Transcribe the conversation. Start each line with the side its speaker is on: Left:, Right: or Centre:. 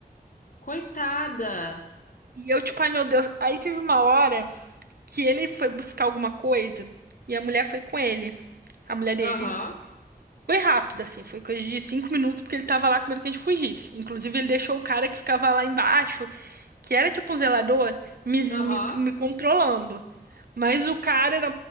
Left: coitada.
Right: E eu, tipo, ai meu Deus. Aí teve uma hora que ele foi buscar alguma coisa e a mulher foi com ele, a mulher dele.
Left: Aham,
Right: Foi rápido, assim, foi coisa de cinco minutos, porque ele tava lá com medo que a gente fugisse. Inclusive, ele deixou o cara que ficava lá embaixo, que era tipo um zelador, me, me,
Left: aham.
Right: me controlando. Mas o cara era